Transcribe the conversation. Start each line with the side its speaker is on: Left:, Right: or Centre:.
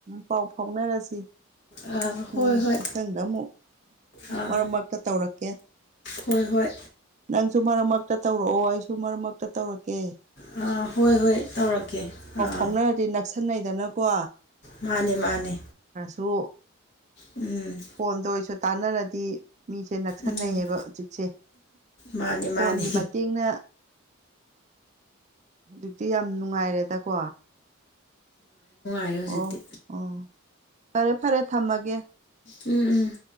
Right: ꯄꯥꯎ ꯐꯥꯎꯅꯔꯁꯤ
Left: ꯑꯥ ꯍꯣꯏ
Right: ꯎꯝ
Left: ꯍꯣꯏ
Right: ꯃꯊꯪꯗ ꯑꯃꯨꯛ
Left: ꯑꯥ
Right: ꯃꯔꯛ ꯃꯔꯛꯇ ꯇꯧꯔꯛꯀꯦ
Left: ꯍꯣꯏ ꯍꯣꯏ
Right: ꯅꯪꯁꯨ ꯃꯔꯛ ꯃꯔꯛꯇ ꯇꯧꯔꯛꯑꯣ ꯑꯩꯁꯨ ꯃꯔꯛ ꯃꯔꯛꯇ ꯇꯧꯔꯛꯀꯦ
Left: ꯑꯥ ꯍꯣꯏ ꯍꯣꯏ ꯇꯧꯔꯛꯀꯦ ꯑꯥ
Right: ꯍꯧꯥꯎꯅꯔꯗꯤ ꯅꯛꯁꯤꯟꯅꯩꯗꯅꯀꯣ
Left: ꯃꯥꯅꯦ ꯃꯥꯅꯦ
Right: ꯁꯨ
Left: ꯎꯝ
Right: ꯐꯣꯟꯗ ꯑꯣꯏꯁꯨ ꯇꯥꯟꯅꯔꯗꯤ ꯃꯤꯁꯦ ꯅꯛꯁꯟꯅꯩ
Left: ꯎꯝ
Right: ꯍꯥꯏꯕ ꯎꯆꯛꯁꯦ
Left: ꯃꯥꯅꯦ ꯃꯥꯅꯦ
Right: ꯐꯣꯟꯒꯤ ꯃꯇꯦꯡꯅ ꯍꯧꯖꯤꯛꯇꯤ ꯌꯥꯝ ꯅꯨꯡꯉꯥꯏꯔꯦꯗꯀꯣ
Left: ꯍꯥꯏꯦ ꯍꯧꯖꯤꯛꯇꯤ
Right: ꯑꯣ ꯑꯣ ꯐꯔꯦ ꯐꯔꯦ ꯊꯝꯃꯒꯦ
Left: ꯎꯝ ꯎꯝ